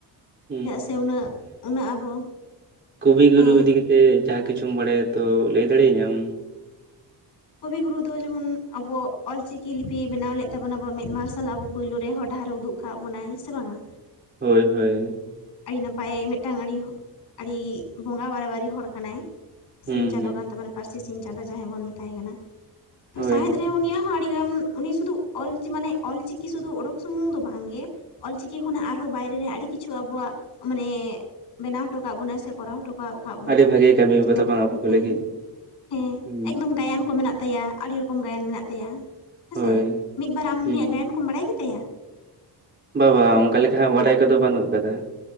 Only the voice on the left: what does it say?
ᱪᱮᱫᱟᱜ ᱥᱮ ᱩᱱᱟᱹᱜ ᱩᱱᱟᱹᱜ ᱟᱵᱚ
ᱦᱮᱸ
ᱠᱚᱵᱤᱜᱩᱨᱩ ᱫᱚ ᱡᱮᱢᱚᱱ ᱟᱵᱚ ᱚᱞ ᱪᱤᱠᱤ ᱞᱤᱯᱤ ᱵᱮᱱᱟᱣ ᱞᱮᱫ ᱛᱟᱵᱚᱱᱟᱵᱚ ᱢᱮᱫ ᱢᱟᱨᱥᱟᱞ ᱟᱵᱚ ᱯᱩᱭᱞᱳ ᱨᱮ ᱦᱚᱨ ᱰᱟᱦᱟᱨ ᱨᱮ ᱩᱫᱩᱜ ᱠᱟᱜ ᱵᱚᱱᱟᱭ ᱥᱮ ᱵᱟᱝ ᱟ
ᱟᱹᱰᱤ ᱱᱟᱯᱟᱭ ᱢᱤᱫᱴᱟᱝ ᱟᱹᱰᱤ ᱟᱹᱰᱤ ᱵᱚᱸᱜᱟ ᱵᱟᱨᱟ ᱵᱟᱨᱤ ᱦᱚᱲ ᱠᱟᱱᱟᱭ
ᱥᱤᱧ ᱪᱟᱸᱫᱚ
ᱠᱟᱱ ᱛᱟᱵᱚᱱᱟ ᱯᱟᱹᱨᱥᱤ ᱥᱤᱧ ᱪᱟᱸᱫᱚ ᱡᱟᱦᱟᱸᱭ ᱵᱚᱱ ᱢᱮᱛᱟᱭ ᱠᱟᱱᱟ
ᱥᱟᱶᱦᱮᱫ ᱨᱮᱦᱚᱸ ᱩᱱᱤᱭᱟᱜ ᱦᱚᱸ ᱟᱹᱰᱤᱜᱟᱱ ᱩᱱᱤ ᱥᱩᱫᱷᱩ ᱚᱞ ᱢᱟᱱᱮ ᱚᱞᱪᱤᱠᱤ ᱥᱩᱫᱩ ᱚᱰᱳᱠ ᱥᱩᱢᱩᱝ ᱫᱚ ᱵᱟᱝ ᱜᱮ ᱚᱞᱪᱤᱠᱤ ᱠᱷᱚᱱᱟᱜ ᱟᱨᱦᱚᱸ ᱵᱟᱭᱨᱮ ᱨᱮ ᱟᱹᱰᱤ ᱠᱤᱪᱷᱩ ᱟᱵᱚᱣᱟᱜ ᱢᱟᱱᱮ ᱵᱮᱱᱟᱣ ᱦᱚᱴᱚ ᱠᱟᱜ ᱵᱚᱱᱟ ᱥᱮ ᱠᱚᱨᱟᱣ ᱦᱚᱴᱚ ᱨᱟᱠᱟᱵ ᱠᱟᱜ ᱵᱚᱱᱟᱭ
ᱡᱮᱢᱚᱱ
ᱦᱮᱸ
ᱦᱮᱸ
ᱮᱠᱫᱚᱢ ᱜᱟᱭᱟᱱ ᱠᱚ ᱢᱮᱱᱟᱜ ᱛᱟᱭᱟ ᱟᱹᱰᱤ ᱨᱚᱠᱚᱢ ᱜᱟᱭᱟᱱ ᱢᱮᱱᱟᱜ ᱛᱟᱭᱟ ᱦᱮᱸ
ᱥᱮ ᱢᱤᱫ ᱵᱟᱨ ᱟᱢ
ᱩᱱᱤᱭᱟᱜ ᱜᱟᱭᱟᱱ ᱠᱚᱢ ᱵᱟᱲᱟᱭ ᱜᱮ ᱛᱟᱭᱟ